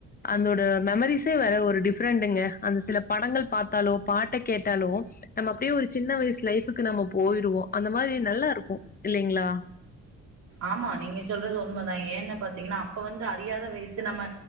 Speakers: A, on the left; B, on the right.
A: அந்தோட மெமரிஸே வேற ஒரு டிஃப்ரெண்டுங்க அந்த சில படங்கள் பாத்தாலோ பாட்ட கேட்டாலோ நம்ம அப்டியே ஒரு சின்ன வயசு லைஃப் க்கு நம்ம போயிடுவோ அந்த மாரி நல்லாருக்கும் இல்லைங்களா
B: ஆமா நீங்க சொல்றது உண்மதா ஏன்னு பாத்தீங்கன்னா அப்ப வந்து அறியாத வயசு நம்ம